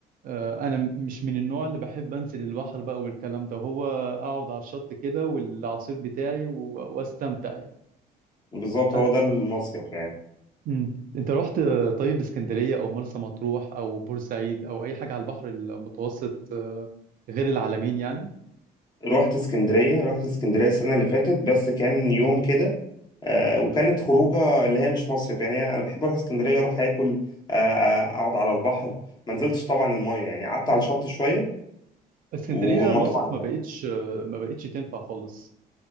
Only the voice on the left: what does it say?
بالظبط
هو ده المصيف يعني
رحت اسكندرية رحت اسكندرية السنة اللي فاتت بس كان يوم كده آه، وكانت خروجة اللي هي مش مصيف يعني أنا بحب أروح اسكندرية أروح آكل آه، آه، أقعد على البحر ما نزلتش طبعا المية يعني قعدت
على الشط شوية
والمطاعم
بقى